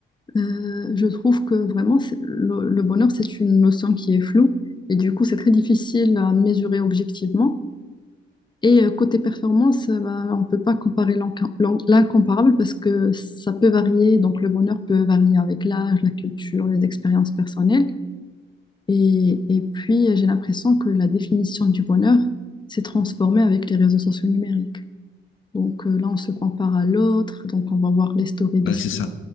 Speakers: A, on the left; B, on the left.
A: euh, je trouve que vraiment, c'est- le, le bonheur, c'est une notion qui est floue. Et du coup, c'est très difficile à mesurer objectivement. Et euh, côté performance, euh, bah, on ne peut pas comparer l'enca- l'en- l'incomparable parce que ça peut varier. Donc, le bonheur peut varier avec l'âge, la culture, les expériences personnelles. Et, et puis, euh, j'ai l'impression que la définition du bonheur s'est transformée avec les réseaux sociaux numériques. Donc euh, là, on se compare à l'autre, donc on va voir les stories de
B: Voilà,
A: ses
B: c'est ça.